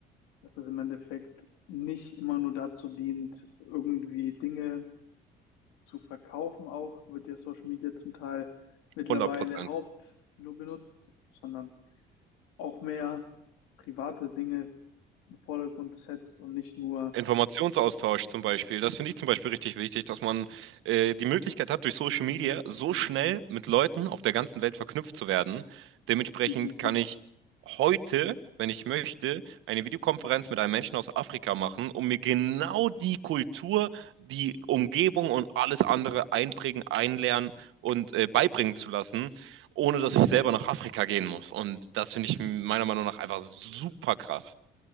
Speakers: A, on the left; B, on the right.
A: dass es im Endeffekt nicht immer nur dazu dient, irgendwie Dinge zu verkaufen, auch wird ja Social Media zum Teil mittlerweile
B: hundert Prozent.
A: haupt nur benutzt, sondern auch mehr private Dinge in den Vordergrund setzt und nicht nur
B: Informationsaustausch zum Beispiel. Das finde ich zum Beispiel richtig wichtig, dass man äh, die Möglichkeit hat, durch Social Media so schnell mit Leuten auf der ganzen Welt verknüpft zu werden. Dementsprechend
A: definitiv,
B: kann ich heute, wenn ich möchte, eine Videokonferenz mit einem Menschen aus Afrika machen, um mir genau die Kultur, die Umgebung und alles andere einprägen, einlernen und äh, beibringen zu lassen, ohne dass ich selber nach Afrika gehen muss. Und das finde ich meiner Meinung nach einfach super krass.